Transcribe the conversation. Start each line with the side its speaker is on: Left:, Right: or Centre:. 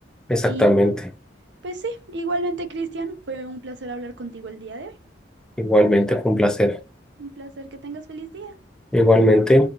Centre: Exactamente.
Right: Y bueno, pues sí, igualmente, Cristian, fue un placer hablar contigo el día de hoy.
Centre: Igualmente, fue un placer.
Right: Un placer que tengas feliz día.
Centre: Igualmente.